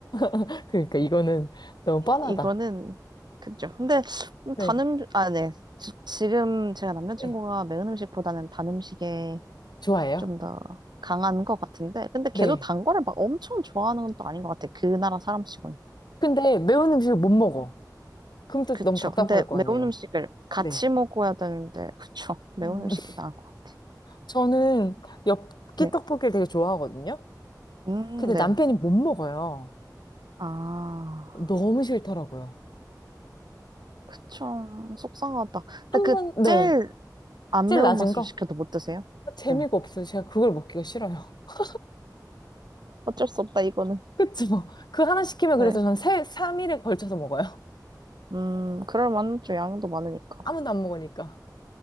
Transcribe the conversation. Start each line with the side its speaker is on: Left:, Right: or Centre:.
Left: <laughs> 그러니까 이거는 너무
Right: 이거는
Left: 뻔하다.
Right: 그죠. 근데
Left: 네,
Right: 단 음, 아, 네. 지- 지금 제가 남자친구가
Left: 네.
Right: 매운 음식보다는 단 음식에
Left: 좋아해요?
Right: 좀 더 강한 것 같은데, 근데 걔도
Left: 네.
Right: 단 거를 막 엄청 좋아하는 건 또 아닌 것 같아. 그 나라 사람 치고는.
Left: 근데 매운 음식을 못 먹어. 그럼 또
Right: 그쵸.
Left: 너무 답답할
Right: 근데
Left: 거
Right: 매운
Left: 아니에요.
Right: 음식을 같이
Left: 네.
Right: 먹어야 되는데, 그쵸. 매운
Left: 음,
Right: 음식이
Left: <laughs>
Right: 나은 것 같아.
Left: 저는 엽기
Right: 네.
Left: 떡볶이를 되게 좋아하거든요.
Right: 음,
Left: 근데
Right: 네.
Left: 남편이 못 먹어요.
Right: 아,
Left: 너무 싫더라고요.
Right: 그쵸. 속상하다.
Left: 한
Right: 근데
Left: 번,
Right: 그
Left: 네.
Right: 제일 안
Left: 제일
Right: 매운
Left: 낮은
Right: 맛으로
Left: 거?
Right: 시켜도 못 드세요?
Left: 재미가
Right: 네.
Left: 없어요. 제가 그걸 먹기가 싫어요. <laughs>
Right: 어쩔 수 없다, 이거는.
Left: 그치 뭐. 그 하나 시키면
Right: 네.
Left: 그래서 전 세, 3일에 걸쳐서 먹어요. <laughs>
Right: 음, 그럴 만한 좀 양도 많으니까.
Left: 아무도 안 먹으니까.